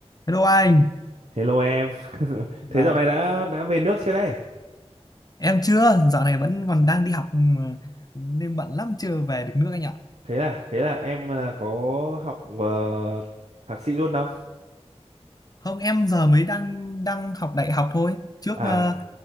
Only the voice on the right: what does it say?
Hello em. <laughs> Thế
dạo này đã đã về nước chưa đây?
Thế là thế là em à, có học ờ, thạc sĩ luôn không?
À